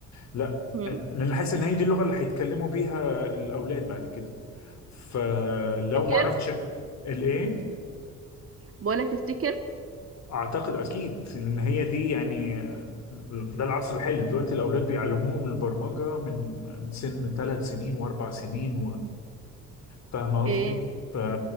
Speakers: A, on the left; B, on the right.
A: لا
B: امم
A: أنا- لان حاسس ان هي دي اللغه اللي هيتكلموا بيها الاولاد بعد كده فلو
B: فاكر
A: ما عرفتش أك- الايه
B: بقولك تفتكر
A: اعتقد اكيد ان هي دي يعني ده العصر الحالي دلوقتي الاولاد بيعلموهم البرمجه من من سن ثلاث سنين واربع سنين وفاهمه قصدي
B: اوكي
A: ف